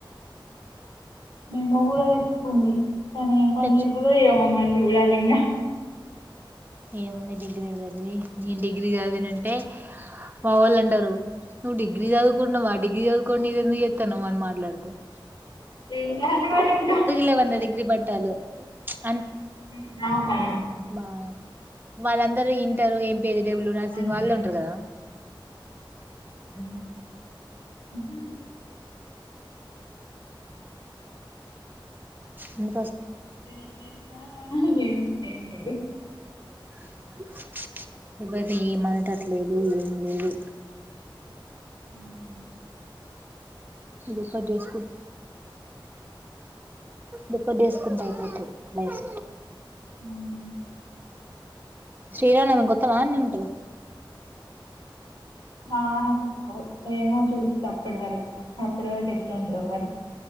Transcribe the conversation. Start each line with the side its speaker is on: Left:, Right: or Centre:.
Left: నిన్నా గుడా తెచ్చుకుంది తనేమ్ ఏం పని
Right: తెచ్చు
Left: చెత్తదో ఏమో మరి ఉయ్యాలింకా
Right: ఏముంది డిగ్రీలు చదివి నేను డిగ్రీ చదివిన అంటే మా వాళ్ళు అంటారు నువ్వు డిగ్రీ చదువుకున్నావ డిగ్రీ చదువుకోనీ ఇది ఎందుకు చెత్తన్నావ్ అని మాట్లాడుతారు
Left: ఏం చెయ్యాలి మరి ఇంకా
Right: లేవంట డిగ్రీ పట్టాలి ప్చ్
Left: హుమ్మ్ అవునా
Right: బా వాళ్ళందరూ inter M P C W రాసి
Left: అదే
Right: వాళ్ళే ఉంటారు కదా
Left: హు హు హు
Right: ఉ
Left: ఏ దేశా <unintelligible>
Right: <inaudible> ఎవరిని ఏం అనేటట్టు లేదు ఏం లేదు
Left: ఉమ్మ్
Right: దుఃఖం చేేసుకుంట దుఃఖం చేేసుకుంటె అయిపోతది. లైఫ్
Left: హుమ్మ్
Right: శ్రీరామ నవమి గొత్తావా అన్నే ఉంటవా
Left: తానప్ప ఏమో చూస్త అప్పటి వరకు అప్పటి వరకు ఎట్ల ఉంటదో మరి